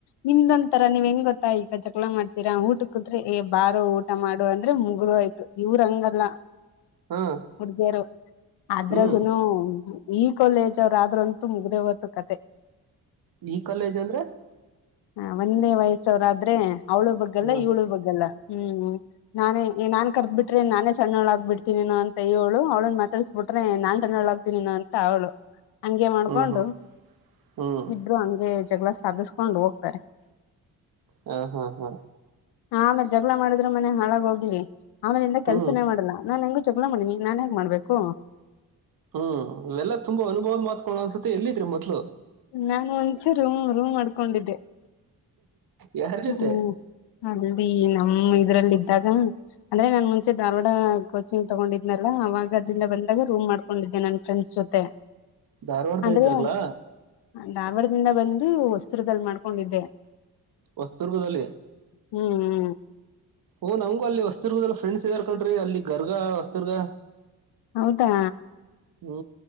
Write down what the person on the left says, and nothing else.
ನಿಮ್ದೊಂಂತರ ನೀವ್ ಹೆಂಗ ಗೊತ್ತಾ ಈಗ ಚಕಲ ಮಾಡ್ತೀರಾ ಊಟಕ್ಕೇ ಕುಂತ್ರೆ ಬಾರು ಊಟ ಮಾಡು ಅಂದ್ರೆ ಮುಗಿದು ಹೋಯ್ತು. ಇವ್ರ ಹಂಗಲ್ಲ
ಹುಡುಗಿಯರು ಅದ್ರಗು
ಈ. ಕಾಲೇಜ್ ಅವ್ರರು ಆದ್ರಂತೂ ಮುಗ್ದೇವೊಯ್ತು ಕತೆ.
ಹ ಒಂದೇ ವಯಸ್ಸವ್ರ ಆದ್ರೆ ಅವ್ಳು ಬಗ್ಗಲ್ಲ
ಇವಳು ಬಗ್ಗಲ್ಲ ಹ್ಮ್. ನಾನೇ ನಾನ್ ಕರೆದು ಬಿಟ್ರೆ ನಾನೇ. ಸಣ್ಣೊಳಗಗ್ ಬಿಡ್ತೀನಿನು ಅಂತ ಇವಳು ಅವಳನ್ನ ಮಾತಡಿಸಿ ಬಿಟ್ರೆ ನಾನ್ ಸಣ್ಣಳ್ಳ ಆಗ್ತೀನಿನು ಅಂತ ಅವಳು. ಹಂಗೆ ಮಾಡ್ಕೊಂಡು
ಇಬ್ರು ಹಗೆ ಜಗಳ ಸಾಧಿಸ. ಕೊಂಡು ಹೋಗ್ತಾರೆ.
ಹ ಆಮೇಲೆ ಜಗಳ ಮಾಡಿದ್ರು ಮನೆಹಾಳಾಗಿ ಹೋಗ್ಲಿ ಆಮೇನಿಂದ
ಕೆಲ್ಸನೇ ಮಾಡಲ್ಲಾ ನಾನ್ ಹೆಂಗು. ಜಗಳ ಮಾಡಿನೀ ನಾನ್ ಯಾಕೆ ಮಾಡ್ಬೇಕು.
ನಾನು ಮುಂಚೆ ರೂಮ ರೂಮ ಮಾಡಡ್ಕೊಂಡಿದ್ದೆ
ಹು ಅಲ್ಲಿ ನಮ್ಮ ಇದ್ರಲ್ಲಿ ಇದ್ದಾಗಾ. ಅಂದ್ರೆ ನಾನ್ ಮುಂಚೆ ಧಾರ್ವಾಡಾ ಕೋಚಿಂಗ್ ತಗೊಂಡಿದ್ನಲ್ಲಾ ಅವಾಗ. ಗದಗಿಂದ ಬಂದಾಗ ರೂಮ ಮಾಡ್ಕೊಂಡಿದ್ದೆ ನನ್ನ ಫ್ರೆಂಡ್ಸ ಜೊತೆ.
ಅಂದ್ರೆ
ಧಾರವಾಡದಿಂದ ಬಂದು ವಸ್ತ್ರದಲ್ಲಿ ಮಾಡ್ಕೊಂಡಿದ್ದೆ.
ಹು ಹು
ಹೌದಾ